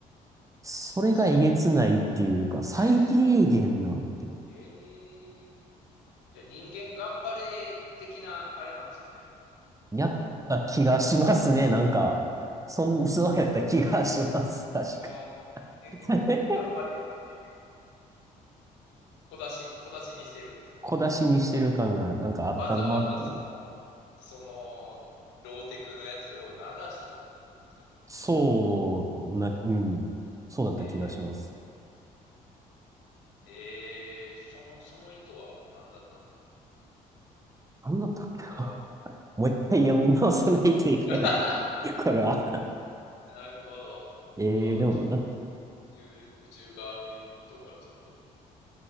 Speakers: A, on the right; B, on the left.
A: それがえげつないっていうか、
B: そうですよ
A: 最低限なんて、
B: ね。最、ええじゃあ人間頑張れ的なあれなんですかね。
A: やった気がしますね。なんか、そん、<laughs> そうやった気がします。確か
B: ああ、人間頑張れよっていう、
A: に。
B: 小出し、小出しにしてるんですね。
A: <laughs> 小出しにしてる感がなんかあったなっていう。
B: いや、わかったわざわざその、その、ローテクのやつを流したってことなんですかね、宇宙側が。
A: そうな、うん。そうだった気がします。
B: えーえー、その、その意図は何だったんだろ
A: なんだったっけな。
B: う。わお。
A: <laughs>
B: <laughs>
A: もう一回読み直さないといけない。
B: いや、
A: <laughs> これは。
B: なるほど。
A: えー、
B: あー、
A: でもな、
B: ちょっと、宇宙、宇宙側の意図がちょっと、い